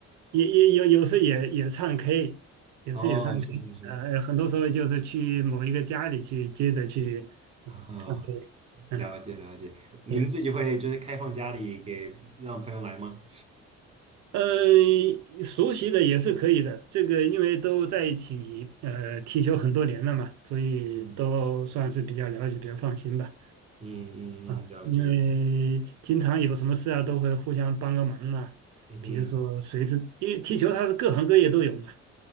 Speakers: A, on the right (about 70°); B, on the right (about 20°).
A: 也也有有时也也唱 K，有时也唱
B: 哦，是是是，
A: K，呃，很多时候就是去某一个家里去接着去嗯唱
B: 嗯，
A: K，嗯，
B: 了解了解。您自己会就是开放家里给让朋友来吗？
A: 对，呃，熟悉的也是可以的，这个因为都在一起呃踢球很多年了嘛，所以都算是比较了解，
B: 嗯
A: 比较放心吧。
B: 嗯嗯嗯，
A: 啊，
B: 了解。
A: 因为经常有什么事啊，都会互相帮个忙嘛。
B: 嗯哼，
A: 比如说，谁是因为踢球，它是各行各业都有嘛。